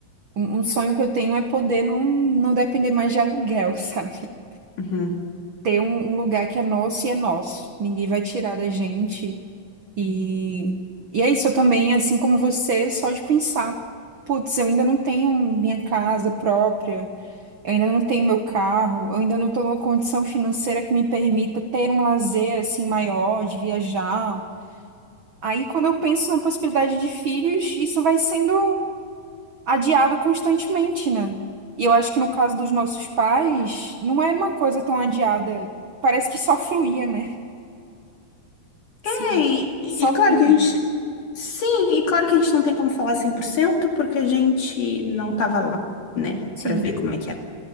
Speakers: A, on the right (about 75°); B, on the left (about 65°).
A: um, um sonho que eu tenho é poder não, não depender mais de aluguel, <laughs> sabe?
B: Uhum.
A: Ter um, um lugar que é nosso e é nosso. Ninguém vai tirar da gente. E, e é isso, eu também, assim como você, só de pensar, putz, eu ainda não tenho minha casa própria, eu ainda não tenho meu carro, eu ainda não estou numa condição financeira que me permita ter um lazer assim maior, de viajar. Aí, quando eu penso na possibilidade de filhos, isso vai sendo adiado constantemente, né? E eu acho que no caso dos nossos pais, não era uma coisa tão adiada. Parece que só fluía, né? Sim.
B: É, e, e
A: Só
B: claro
A: vinha.
B: que a gente. Sim, e claro que a gente não tem como falar 100% porque a gente não tava lá, né,
A: Sim.
B: pra ver como é que era.